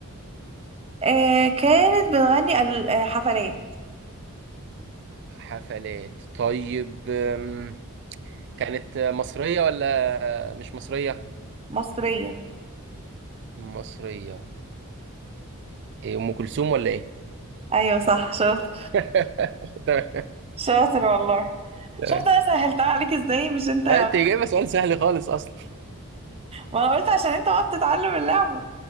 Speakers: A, on the right (about 25°); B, on the right (about 50°).
A: آه كانت بتغني ال- آه، حفلات
B: حفلات طيب آم، كانت مصرية ولا مش مصرية؟
A: مصرية
B: مصرية ايه ام كلثوم ولا ايه
A: ايوه صح شاطر
B: <laughs> تمام
A: شاطر والله
B: تمام
A: شفت انا سهلتها عليك ازاي مش انت
B: لا، انت جايبه سؤال سهل خالص اصلا
A: ما انا قلت عشان انت وقت تتعلم اللعبة